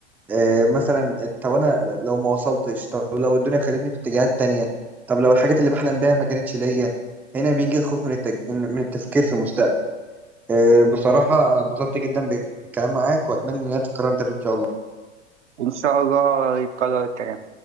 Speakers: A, in the centre; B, on the right.
A: آه، مثلا طب أنا لو ما وصلتش طب لو الدنيا خدتني في اتجاهات تانية طب لو الحاجات اللي بحلم بيها ما كانتش ليا هنا بيجي الخوف من التج... من التفكير في المستقبل آه، بصراحة أنا اتبسطت جدا بالكلام معاك وأتمنى إنها تتكرر تاني إن شاء الله
B: إن شاء الله يتكرر الكلام